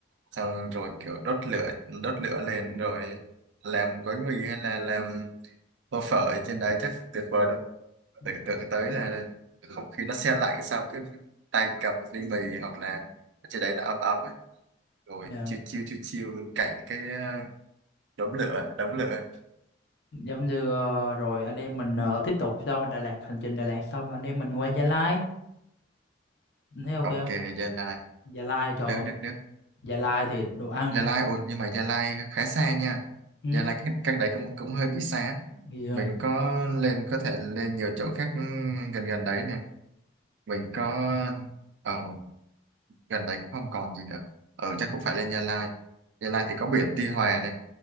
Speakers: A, on the right; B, on the left.
A: Xong rồi kiểu đốt lửa, đốt lửa lên rồi làm gói mì hay là làm tô phở ở trên đấy chắc tuyệt vời luôn
B: Ừ.
A: tưởng tượng tới là không khí nó se lạnh xong cứ tay cầm một ly mì hoặc là ở trên đấy nó ấm ấm ấy. rồi
B: dạ
A: chiêu chiêu chiêu chiêu cạnh cái ờ, đống lửa đống lửa
B: giống như ờ, rồi anh em mình ờ, tiếp tục sau Đà Lạt hành trình Đà Lạt xong anh em mình qua Gia Lai thấy ok
A: ok
B: không
A: Gia Lai
B: Gia Lai trời
A: được
B: ơi,
A: được được
B: Gia Lai thì đồ ăn
A: Gia Lai ôi nhưng mà Gia Lai khá xa nha
B: ừ,
A: Gia Lai cách, cách đấy cũng cũng hơi bị xa
B: gì không
A: mình có lên có thể lên nhiều chỗ khác ừm, gần gần đấy nè mình có ờ, gần đây cũng không còn gì nữa ừ
B: ừ.
A: chắc cũng phải lên Gia Lai Gia Lai thì có biển Tuy Hòa này